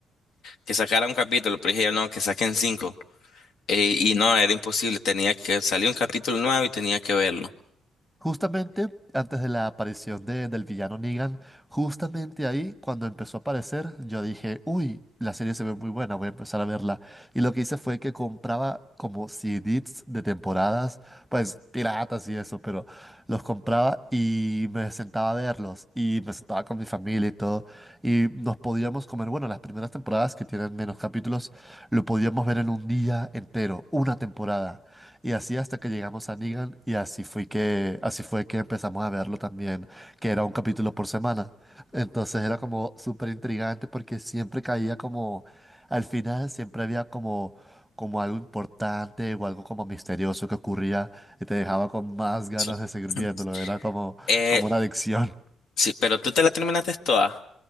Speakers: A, on the left; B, in the centre.
A: que sacara un capítulo, pero dije yo no, que saquen cinco. Eh, y no, era imposible, tenía que salir un capítulo nuevo y tenía que verlo.
B: Justamente antes de la aparición de- del villano Negan, justamente ahí cuando empezó a aparecer, yo dije, uy, la serie se ve muy buena, voy a empezar a verla. Y lo que hice fue que compraba como CDs de temporadas, pues piratas y eso, pero los compraba y me sentaba a verlos y me sentaba con mi familia y todo. Y nos podíamos comer, bueno, las primeras temporadas que tienen menos capítulos, lo podíamos ver en un día entero, una temporada. Y así hasta que llegamos a Negan y así fue que, así fue que empezamos a verlo también, que era un capítulo por semana. Entonces era como súper intrigante porque siempre caía como, al final siempre había como, como algo importante o algo como misterioso que ocurría y te dejaba con más ganas
A: Sí.
B: de seguir viéndolo.
A: <laughs>
B: Era como,
A: Eh,
B: como una adicción.
A: sí, pero tú te la terminaste toda,